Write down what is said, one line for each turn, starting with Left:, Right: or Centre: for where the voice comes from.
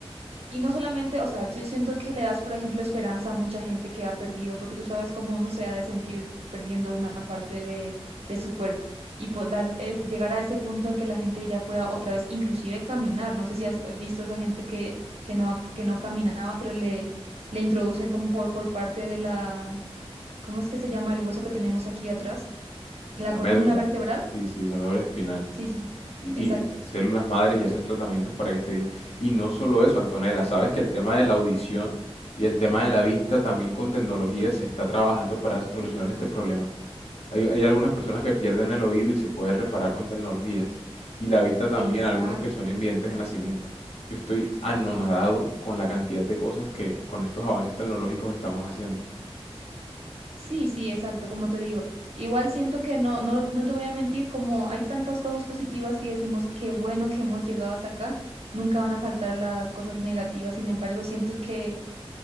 Right: Y no solamente, o sea, yo siento que le das, por ejemplo, esperanza a mucha gente que ha perdido, porque tú sabes cómo uno se ha de sentir perdiendo una parte de, de su cuerpo y poder llegar a ese punto en que la gente ya pueda otra vez inclusive caminar. No sé si has visto esa gente que, que no, ac- que no caminaba, pero le, le introducen como por, por parte de la, ¿cómo es que se llama el hueso que tenemos aquí atrás? La
Left: La
Right: columna
Left: médula,
Right: vertebral.
Left: sí, sí, la médula espinal.
Right: Sí, sí, sí.
Left: Y,
Right: Exacto.
Left: y células madres y hacen tratamientos para que esté bien. Y no solo eso, Antonella, sabes que el tema de la audición y el tema de la vista también con tecnología se está trabajando para solucionar este problema. Hay, hay algunas personas que pierden el oído y se puede reparar con tecnologías. Y la vista también,
Right: Exacto.
Left: algunos que son invidentes de nacimiento. Yo estoy anonadado con la cantidad de cosas que con estos avances tecnológicos estamos haciendo.
Right: Sí, sí, exacto, como te digo. Igual siento que no, no, no te voy a mentir, como hay tantas cosas positivas que decimos, qué bueno que hemos llegado hasta acá, nunca van a faltar las cosas negativas. Sin embargo, siento que